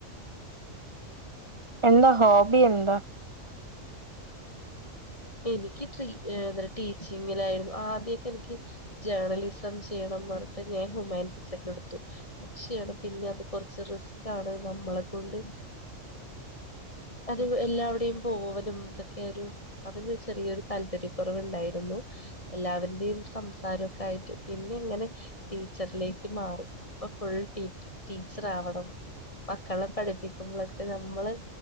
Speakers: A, on the right; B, on the left.
A: എന്താ ഹോബി എന്താ
B: എനിക്ക് ട്രി എന്താ ടീച്ചിങ്ങിനാരുന്നു ആദ്യൊക്കെ എനിക്ക് ജേർണലിസം ചെയ്യണം ട്ട് മേരിറ്റ് ഞാൻ ഹുമാനിറ്റിസ് ഒക്കെ എടുത്തു പക്ഷാണ് പിന്നെ അത് കൊറച്ച് റിസ്ക്കാണ് നമ്മളെ കൊണ്ട് അത് എല്ലാവ്ടെയും പോവലും ഇതൊക്കെ ഒരു അതിനൊരു ചെറിയൊരു താല്പര്യക്കൊറവ്ണ്ടാരുന്നു എല്ലാരുടെയും സംസാരംഒക്കൊആയിട്ട് പിന്നെ ഇങ്ങനെ ടീച്ചറിലേക്ക് മാറിപ്പ ഫുൾ ടി ടീച്ചർ ആവണം മക്കളെ പഠിപ്പിക്കുമ്പളൊക്കെ നമ്മള്